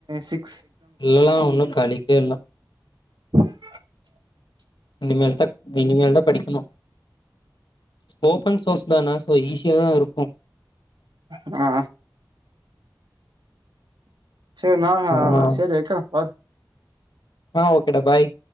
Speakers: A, on the right; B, on the left.
A: சிக்
B: இல்லெல்லா ஒன்னு கழிக்க இல்ல
A: <inaudible>
B: இனிமேல்தக் இனிமேல்தா படிக்கெணு ஓபன் சோர்ஸ் தான சோ ஈஸியா தா இருக்கு
A: அ ஆ சேரி நா
B: அதனால
A: அ சேரி வெக்கெற ஆட்
B: ஆ ஓகேடா பாய்